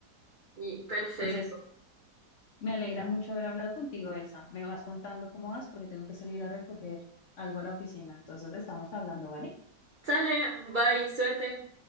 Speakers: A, on the right; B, on the left.
A: Y perfecto.
B: <laughs> Entonces... Me alegra mucho haber hablado contigo, Elsa. Me vas contando cómo vas porque tengo que salir a recoger algo a la oficina. Entonces estamos hablando, ¿vale?
A: Sale, bye, suerte.